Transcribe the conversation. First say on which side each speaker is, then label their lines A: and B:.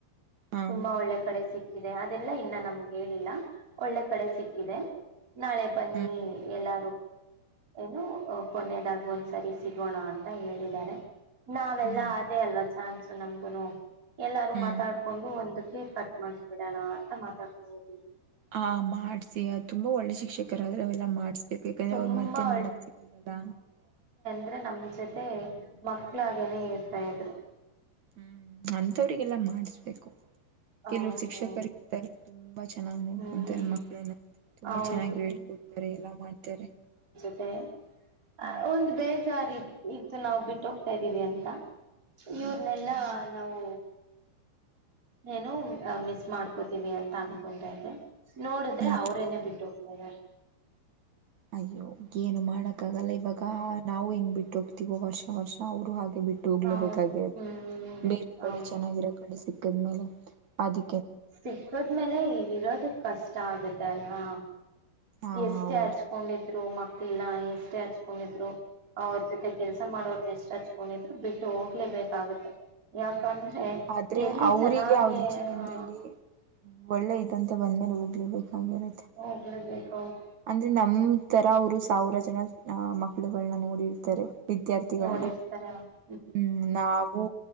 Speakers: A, on the right (about 60°); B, on the right (about 20°).
A: ಹ
B: ತುಂಬಾ ಒಳ್ಳೆ ಕಡೆ ಸಿಕ್ಕಿದೆ ಅದೆಲ್ಲಾ ಇನ್ನ ನಮ್ಗೆ ಹೇಳಿಲ್ಲ ಒಳ್ಳೆ ಕಡೆ
A: ಹ್ಮ್
B: ಸಿಕ್ಕಿದೆ ನಾಳೆ ಬನ್ನಿ
A: ಹ್ಮ್
B: ಎಲ್ಲ ಏ ಕೊನೆ ಕೊನೆಯದಾಗ ಒಂದ್ಸರಿ ಸಿಗೋಣ ಅಂತ ಹೇಳಿದ್ದಾರೆ ನಾವೆಲ್ಲಾ
A: ಹ್ಮ್
B: ಅಟೇ ಅಲ್ವಾ ಚಾನ್ಸ್ ನಮಗೇನ
A: ಹ್ಮ್
B: ಮಾತಾಡಿಕೊಂಡು ಒಂದು ಕೇಕ್ ಕಟ್ ಮಾಡಿಸ್ಬಿಡೋಣ ಅಂತ ಮಾತಾಡಿಕೊಳ್ಳೋದು
A: ಹಾ ಮಾಡ್ಸಿ ತುಂಬಾ ಒಳ್ಳೆ ಸಿ ಶೀಕ್ರು ಅವೆಲ್ಲ ಮಾಡುಸ್ಬೇಕಿತ್ತು,
B: ತುಂಬಾ
A: ಮತ್ತೆ ನೋಡಕ್ ಸಿಗಲ್ವಲ್ಲ
B: ಅ ನಮ್ ಜೊತೆ ಮಕ್ಳಾಗನೆೇ ಇರ್ತಾ ಇದ್ರು
A: ಹ್ಮ್ ಅಂತವ್ರಿಗೆಲ್ಲಾ ಮಾಡ್ಸ ಬಿ
B: ಹೌದು
A: ಕೆಲವರು ಶಿಕ್ಷಕರು
B: ಹೌದು
A: ಇರ್ತಾರೆ ತುಂಬಾ ಚೆನ್ನಾಗ್ ನೋಡ್ಕೊಂತಾರೆ
B: ಹ್ಮ್
A: ಮಕ್ಕಳನ್ನ ತುಂಬಾ
B: ಹೌದು
A: ಚೆನ್ನಾಗಿ ಹೇಳ್ಕೊಡ್ತಾರೆ ಎಲ್ಲಾ ಮಾಡ್ತಾರೆ
B: ಮತ್ತೆ ಹ
A: ಹ್ಮ್
B: ಬೇ ಸರ್ ಇ ಇತ್ತು ನಾವು ಬಿಟ್ಟ ಹೋಗ್ತಾ ಇದ್ದೀವಿ ಅಂತ ಇವರ್ನೆಲ್ಲಾ
A: ಹ್ಮ್
B: ನಾವು ನಾನು ಮಿಸ್ ಮಾಡ್ಕೋತೀದೆ ಅಂತ ಅನ್ಕೊಂಡ್ತಾಯಿದೆ ನೋಡಿದ್ರೆ
A: ಹ್ಮ್
B: ಅವ್ರೇರೇನೆೇ ಬಿಟ್ಟುಹೋ ಹ
A: ಅಯ್ಯೋ ಏನು ಮಾಡ ತಗೊಳ್ಬೇಕಾ ನಾವು ಹೆಂಗ್ ಬಿಟ್ಟು ವರ್ಷ ವರ್ಷ ಅವರು ಹಾಗೆ ಬಿಟ್ಟು ಹೋಗ್ಲೇಬೇಕಾಗಿರತ್ತೆ
B: ಹೌದು ಹ್ಮ್
A: ಬೇರೆ ಕಡೆ
B: ಹೌದು
A: ಚೆನ್ನಾಗಿರೋ ಕಡೆ ಸಿ ದ್ದೇಲೆ ಅದು
B: ಸಿಕ್ಕದ್ಮೇಲೆ ಇರೋದು ಕಷ್ಟ ಇಷ್ಟ ಆಗುತ್ತೆ ಅಲ್ವಾ
A: ಹ
B: ಎಷ್ಟೇ
A: ಹೌದು
B: ಹಚ್ಕೊಂಡಿದ್ರು ಮಕ್ಳನ್ನ ಎಷ್ಟೇ ಹಚ್ಕೊಂಡಿದ್ರು ಅವ್ರ ಜೊತೆ ಕೆಲ್ಸ ಮಾಡೋರನ್ನ ಎಷ್ಟ್ ಹಚ್ಕೊಂಡಿದ್ರು ಬಿಟ್ಟು ಹೋಗಲೇಬೇಕಾಗುತ್ತ ಯಾಕಂದ್ರೆ
A: ಆದ್ರೆ
B: ಎಲ್ಲಿ
A: ಅವರಿಗೆ
B: ಚೆನ್ನಾಗೇ
A: ಅವ್ರ ಜೀವನದಲ್ಲಿ
B: ಅಹ
A: ಒಳ್ಳೆ ಅಂತ ಬಂದ್ಮೇಲೆ ಹೋಗಲೇಬೇಕು ರಾಗಿರುತ್ತೆ
B: ಹೋಗ್ಲೇಬೇಕು ಹೌದು
A: ಅಂದ್ರೆ ನಮ್ಮ ತರ ಅವರು ಸಾವಿರ ಜನ ಅಹ ಮಕ್ಕಳುಗಳನ್ನ ನೋಡಿರ್ತಾರೆ ವಿದ್ಯಾರ್ಥಿಗಳನ್ನ
B: ನೋಡಿರ್ತಾರೆ ಅವ್ರು
A: ಹ್ಮ್ ನಾವು